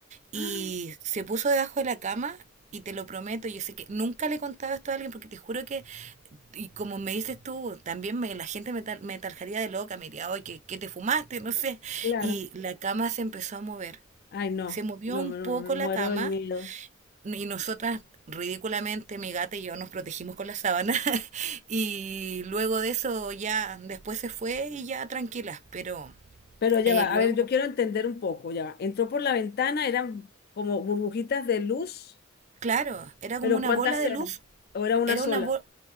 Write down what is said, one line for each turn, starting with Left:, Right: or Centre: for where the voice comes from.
Right: Y
Left: Ah,
Right: se puso debajo de la cama y te lo prometo, yo sé que nunca le he contado esto a alguien porque te juro que, y como me dices tú, también me, la gente me, tar- me tarjaría de loca, me diría, oye, ¿qué, qué te fumaste? <laughs> No sé.
Left: Claro,
Right: Y la cama se empezó a mover.
Left: ay, no,
Right: Se movió
Left: no,
Right: un
Left: me,
Right: poco
Left: no, me muero
Right: la cama
Left: del miedo.
Right: y nosotras ridículamente mi gata y yo nos protegimos con la sábana <laughs> y luego de eso ya después se fue y ya tranquilas, pero
Left: Pero ya
Right: eh,
Left: va,
Right: luego,
Left: a ver, yo quiero entender un poco, ya va. Entró por la ventana, eran como burbujitas de luz,
Right: claro, era
Left: pero
Right: como una
Left: ¿cuántas
Right: bola de
Left: eran?
Right: luz,
Left: ¿O era una
Right: era
Left: sola?
Right: una bo-